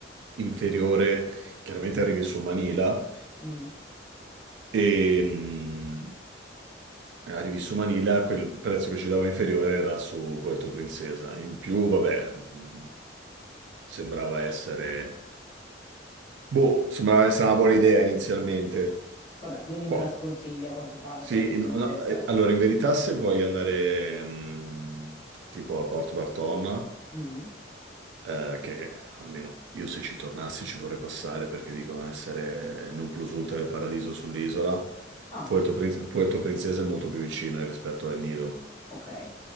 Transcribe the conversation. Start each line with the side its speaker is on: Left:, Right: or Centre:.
Right: inferiore, chiaramente arrivi su Manila
Left: Mm,
Right: e mh, arrivi su Manila, quel prezzo che ci dava inferiore era su Puerto Princesa. In più, vabbè, mh, sembrava essere... Boh, sembrava essere una
Left: ok.
Right: buona idea inizialmente.
Left: Vabbè, quindi
Right: Boh,
Left: me la sconsiglia a quanto pare
Right: sì,
Left: Puerto Princesa.
Right: in- no, no, eh, allora in verità se vuoi andare mh, tipo a Porto Barton
Left: Mm.
Right: eh, che almeno io se ci tornassi ci vorrei passare perché dicono essere il non plus ultra del paradiso sull'isola.
Left: Ah,
Right: Puerto, Prin- Puerto Princesa è molto più vicina rispetto a El Nido.
Left: ok.